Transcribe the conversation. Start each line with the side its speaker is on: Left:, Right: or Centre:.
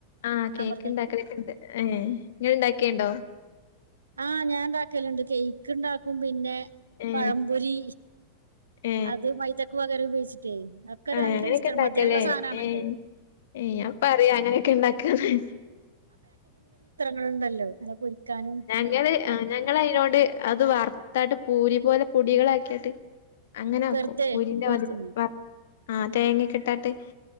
Left: ആ കേക്ക്
Right: അമൃതം
Left: ഇണ്ടാക്കണേക്കിണ്ട് അതേ ഇങ്ങള് ഇണ്ടാക്കിട്ട്ണ്ടോ
Right: ആ ഞാൻ ഉണ്ടാക്കലിണ്ട് കേക്ക് ഇണ്ടാക്കും പിന്നെ
Left: ഏ.
Right: പഴംപൊരി
Left: ഏ.
Right: അത് മൈദക്ക് പകരം ഉപയോഗിച്ചി അതേ ഒക്കെ
Left: ആ
Right: നല്ല
Left: അങ്ങനെയൊക്കെ
Right: ടേസ്റ്റാണ്
Left: ഇണ്ടാക്കല്ലേ?
Right: മധുരൊള്ള സാനാണ്
Left: ഏ. ഏ ഞാ പറയാ അങ്ങനേക്കെ ഇണ്ടാക്കാന്ന്
Right: ആ ഇണ്ടല്ലോ അങ്ങന പൊരിക്കാനും അങ്ങനെയൊക്കെ
Left: ഇങ്ങനെ
Right: പറ്റും.
Left: ആ ഞങ്ങള് അയ്നോട് അത് വറുത്തായിട്ട് പൂരി പോലെ പൊടികളാക്കിയേട്ട് അങ്ങനാക്കും
Right: വെറുതെ
Left: പൂരിന്റെ
Right: പോരുത്തുന്നു
Left: മാതിരെ വർ ആ തേങ്ങേക്കിട്ടാട്ട്